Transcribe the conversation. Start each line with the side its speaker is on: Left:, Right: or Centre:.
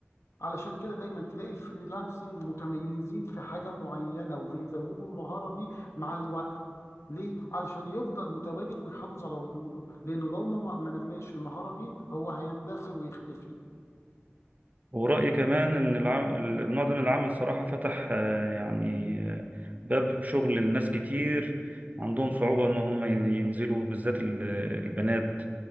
Left: علشان كده دايما تلاقي الفريلانسنج متميزين في حاجة معينة وبيزودوا المهارة دي مع الوقت ليه؟ علشان يفضل متواجد ويحافظ على وجوده لأنه لو ما ما نماش المهارة دي هو هيندثر ويختفي
Right: ورأيي كمان إن الع- النوع ده من العمل صراحة فتح آه، يعني آه، باب شغل لناس كتير عندهم صعوبة إن هم ينزلوا بالذات ال- البنات